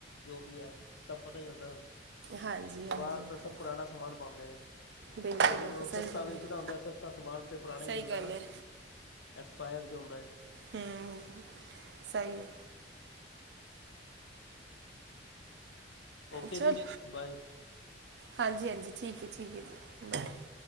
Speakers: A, on the left; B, on the right.
A: ਜੋ ਵੀ ਹੈ, ਸਭ ਪਤਾ ਹੀ ਹੁੰਦਾ ਸਾਨੂੰ,
B: ਹਾਂਜੀ ਹਾਂਜੀ
A: ਬਾਹਰ ਤਾਂ ਸਭ ਪੁਰਾਣਾ ਸਮਾਨ ਪਾਉਂਦੇ ਨੇ।
B: ਬਿਲਕੁਲ
A: ਕਿਉਂਕਿ
B: ਬਿਲਕੁਲ
A: ਉਹਨਾ ਨੂੰ
B: ਸਹੀ
A: ਸਸਤਾ
B: ਗੱਲ
A: ਵੇਚਣਾ
B: ਹੈ
A: ਹੁੰਦਾ, ਸਸਤਾ ਸਮਾਨ ਤੇ ਪੁਰਾਣਾ ਹੀ
B: ਸਹੀ
A: ਮਿਲਦਾ
B: ਗੱਲ
A: ਹੈਨਾ।
B: ਹੈ
A: ਐਕਸਪਾਇਰ ਜੋ ਰੁੰਦਾ ਹੈ।
B: ਹੂੰ, ਸਈ ਐ।
A: ਓਕੇ
B: ਚਲ
A: ਜੀ ਬਾਏ
B: ਹਾਂਜੀ-ਹਾਂਜੀ, ਠੀਕ ਐ, ਠੀਕ ਐ ਜੀ।